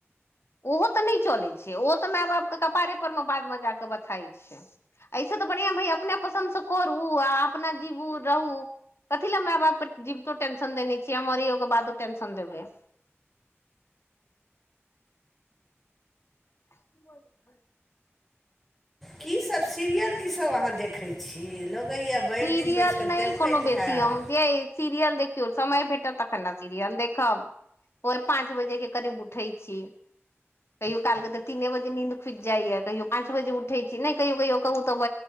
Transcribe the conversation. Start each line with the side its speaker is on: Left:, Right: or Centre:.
Left: ओहो तऽ नहि चलैत छै ओहो तऽ माय बापके कपारेपर मे बादमे जा कऽ बथाइत छै ऐसे तऽ बढ़ियां भइ अपने पसन्द से करू अपना जीबू रहू कथी ले माय बापके जीबितो टेंशन देने छियै मरीयोक बादो टेंशन देबै <inaudible> <unintelligible>
Centre: की सब सीरियल की सब अहाँ देखै छी? लगैया भरि
Left: सीरियल
Centre: दिन बैसि कऽ
Left: नहि
Centre: देखैत
Left: कोनो बेसी
Centre: हैब
Left: दिय सीरियल देख समय भेटब तखन ने सीरियल देखब पाँच बजे के करीब उठै छी। कहियो कालके तऽ तीने बजे नींद खुज जाइए कहियो पाँच बजे उठैत छी नहि कहियो कहियो कहू तऽ